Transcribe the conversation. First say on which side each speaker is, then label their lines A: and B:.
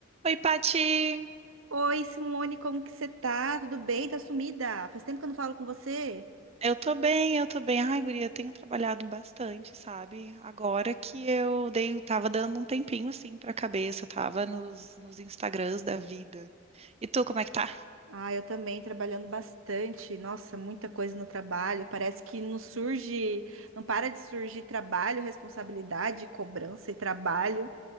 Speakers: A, on the right; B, on the right.
A: Oi, Pati!
B: Oi, Simone, como que você tá? Tudo bem? Tá sumida? Faz tempo que eu não falo com você.
A: Eu tô bem, eu tô bem. Ai, guria, tenho trabalhado bastante, sabe? Agora que eu dei, eu tava dando um tempinho assim pra cabeça, tava nos, nos Instagrams da vida. E tu, como é que tá?
B: Ah, eu também, trabalhando bastante. Nossa, muita coisa no trabalho. Parece que não surge, não para de surgir trabalho, responsabilidade, cobrança e trabalho.